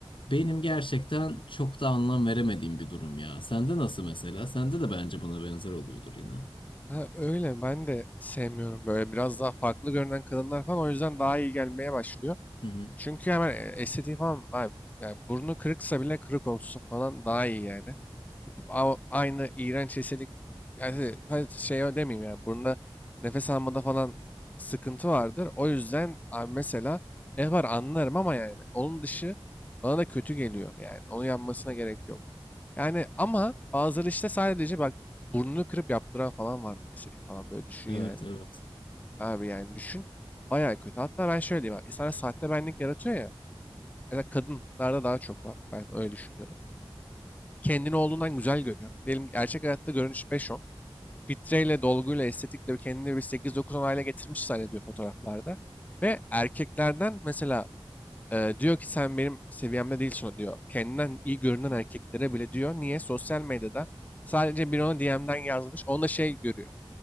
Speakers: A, on the left (about 60°); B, on the left (about 15°).
A: Benim gerçekten çok da anlam veremediğim bir durum ya. Sende nasıl mesela? Sende de bence buna benzer oluyordur yine.
B: Ha, öyle ben de sevmiyorum böyle biraz daha farklı görünen kadınlar falan o yüzden daha iyi gelmeye başlıyor.
A: Hı hı.
B: Çünkü hemen e, estetiği falan abi, yani burnu kırıksa bile kırık olsun falan daha iyi yani. Gidip a- Aynı iğrenç estetik yani şey, hadi şey demeyeyim yani burnunda nefes almada falan sıkıntı vardır. O yüzden abi mesela yapar anlarım ama yani onun dışı bana da kötü geliyor yani. Onu yapmasına gerek yok. Yani ama bazıları işte sadece bak burnunu kırıp yaptıran falan varmış estetik falan böyle düşün
A: Evet,
B: yani.
A: evet.
B: Abi yani düşün. Bayağı kötü. Hatta ben şöyle diyeyim abi. İnsanlar sahte benlik yaratıyor ya. Ya kadınlarda daha çok var. Ben öyle düşünüyorum. Kendini olduğundan güzel görüyor. Diyelim gerçek hayatta görünüş beş on Fitreyle, dolguyla, estetikle bir kendini bir sekiz dokuz on hale getirmiş zannediyor fotoğraflarda. Ve erkeklerden mesela e, diyor ki sen benim seviyemde değilsin diyor. Kendinden iyi görünen erkeklere bile diyor. Niye? Sosyal medyada sadece bir ona DM'den yazmış. Onda şey görüyor.